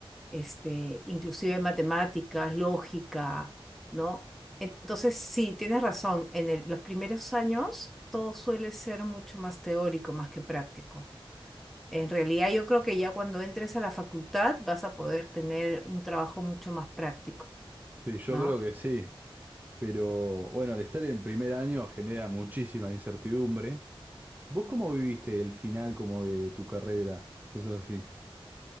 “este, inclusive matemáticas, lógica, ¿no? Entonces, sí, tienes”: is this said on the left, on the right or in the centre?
Centre